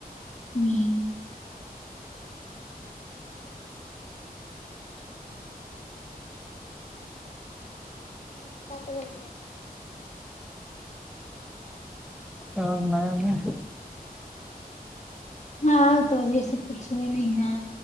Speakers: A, on the left; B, in the centre.
A: ھم ہ پسا جم ہے <unintelligible>
B: کا میا میں <unintelligible>
A: ہاںؤ تو ابھی ایسے کچھ ہوئے نہیں ہے